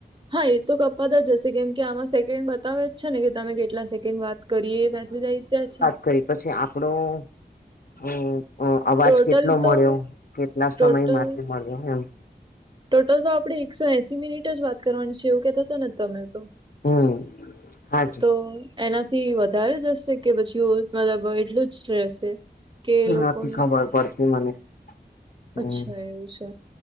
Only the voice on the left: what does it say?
કઈક પછી આપણું અ. અ અવાજ
કેટલો મળ્યો
કેટલા સમય
માટે મળ્યો એમ
હમ આજ.
નથી ખબર પડતી મને હમ